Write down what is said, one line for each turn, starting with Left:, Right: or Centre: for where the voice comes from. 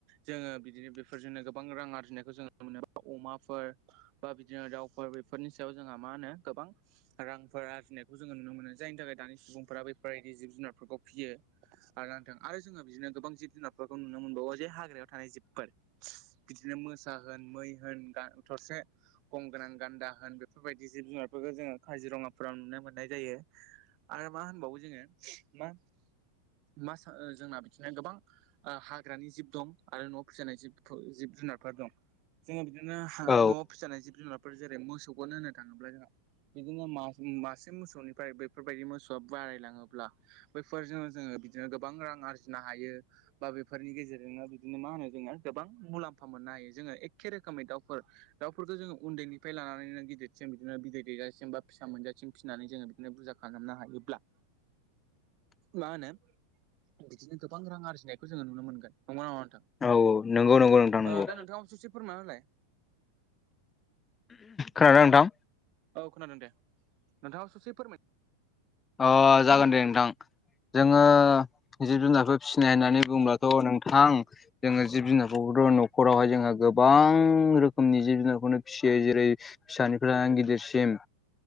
Right: जोङो बिदिनो बेफोरजोंनो गोबां रां आरजिनायखौ जोंङो नुनो मोनो। अमाफोर बा बिदिनो दाउफोर बेफोरनि सायाव जोंहा मा होनो गोबां रां आरजिनायखौ जों जोङो नुनो मोनो। जायनि थाखाय दानि सुबुंफोरा बेैफोरबायदि जिब- जुनारफोरखौ फियो। आरो नोंथां आरो जोङो बिदिनो गोबां जिब- जुनारफोरखौ नुनो मोनबावो जे हाग्रायाव थानाय जिबफोर बिदिनो मोसा होन मै होन थसे गं गोनां गान्दा होन बेफोरबायदि जिब- जुनारफोरखौ जोङो काजिरङाफोराव नुनो मोनो। मोननाय जायो आरो मा होनबावो जोङो मा मा सा- जोंना बिदिनो गोबां हाग्रानि जिब दं आरो न' फिसिजानाय जिब-जिब जुनारफोर दं। जोङो बिदिनो
Left: औ
Right: न'आव फिजानाय जिब -जुनार जेरै मोसौखौनो होननो थाङोब्ला जों बिदिनो मा- मा मोसौनिफ्राय बैफोरबायदि मोसौआ बारायलाङोब्ला बैफोरजों जोङो बिदिनो गोबां रां आरजिनो हायो। बा बेफोरनि गेजेरजोंनो बिदिनो मा होनो जोङो गोबां मुलाम्फा मोननो हायो जोङो एखे रोखोमै दाउफोर दाउफोरखौ जोङो उन्दैनिफ्राय लानानैनो गिदिरसिम बिदिनो बिदै दैजासिम बा फिसा मोनजासिम फिसिनानै जोङो बिदिनो बुरजा खालामनो हायोब्ला मा होनो बिदिनो गोबां रां आरजिनायखौ जोङो नुनो मोनगोन। नंगौना नङा नोंथां?
Left: औ नंगौ नंगौ नोंथां नंगौ
Right: ओ दा नोंथांआबो ससे फोरमायना होलाय
Left: खोनादोंना नोंथां?
Right: औ खोनादों दे। नोंथाङा ससे फोरमाय
Left: अ जागोन दे नोंथां। जोङो जिब जुनारफोर फिसिनाय होननानै बुंङोब्लाथ' नोंथां। जोङो जिब जुनारफोरखौथ' न'खरावहाय जोंङो गोबां रोखोमनि जिब जुनारखौनो फिसियो जेरै फिसानिफ्राय लानानै गिदिरसिम